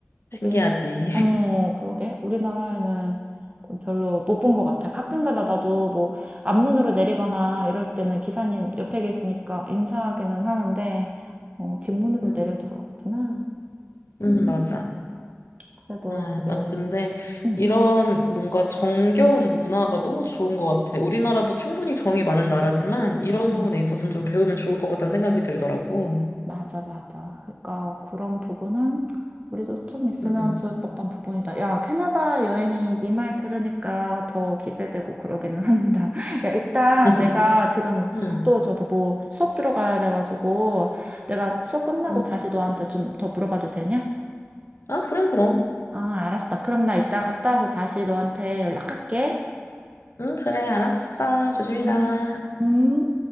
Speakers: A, on the right; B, on the left.
A: 되게
B: 신기하지.
A: 어,
B: <laughs>
A: 그러게. 우리나라에는 좀 별로 못 본 것 같아. 가끔가다 나도 뭐 앞문으로 내리거나 이럴 때는 기사님 옆에 계시니까 인사하기는 하는데 어, 뒷문으로
B: 음,
A: 내려도 그렇구나.
B: 음,
A: 음,
B: 맞아.
A: 그래도
B: 아,
A: 되게
B: 난 근데
A: 응
B: 이런 뭔가 정겨운 문화가 너무 좋은 것 같아. 우리나라도 충분히 정이 많은 나라지만 이런
A: 응.
B: 부분에 있어서는 좀 배우면 좋을 것 같다는 생각이 들더라고.
A: 맞아, 맞아. 그러니까 그런 부분은 우리도 좀 있으면
B: 음,
A: 좋을 법한 부분이다. 야, 캐나다 여행이 네 말 들으니까 더 기대되고 그러기는 <laughs> 한다. 야, 일단
B: <laughs>
A: 내가 지금
B: 음,
A: 또 저기 뭐 수업 들어가야 돼가지고 내가 수업 끝나고
B: 음.
A: 다시 너한테 좀 더 물어봐도 되냐?
B: 아, 그럼, 그럼.
A: 아, 알았어. 그럼 나 이따 갔다 와서 다시 너한테 연락할게.
B: 응, 그래, 알았어. 조심히
A: 응.
B: 가.
A: 음.